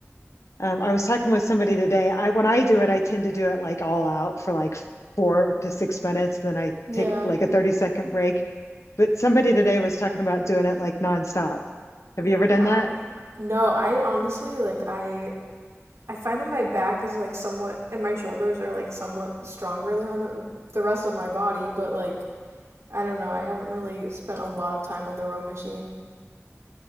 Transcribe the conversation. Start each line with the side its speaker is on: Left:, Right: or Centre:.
Left: Um, I was talking with somebody today. I when I do it, I tend to do it like all out for like four to six minutes. Then I
Right: Yeah.
Left: take like a 30 second break. But somebody today was talking about doing it like nonstop. Have
Right: Wow.
Left: you ever done that?
Right: No, I honestly like I I find that my back is like somewhat and my shoulders are like somewhat stronger than on the the rest of my body, but like I don't know, I haven't really spent a lot of time on the row machine.